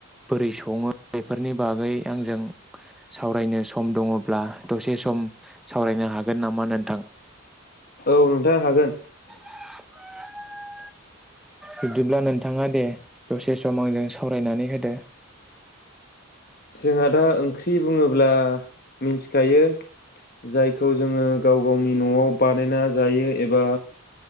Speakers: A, in the centre; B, on the left.
A: बोरै सङो? बेफोरनि बागै आंजों सावरायनो सम दङब्ला दसे सम सावरायनो हागोन नामा नोंथां?
B: औव नोंथां हागोन।
A: <inaudible> बिदिब्ला नोंथाङा दे दसे सम आंजों सावरायनानै होदो।
B: जोंहा दा ओंख्रि बुङोब्ला, मिथिखायो जायखौ जोङो गाव गावनि न'आव बानायना जायो। एबा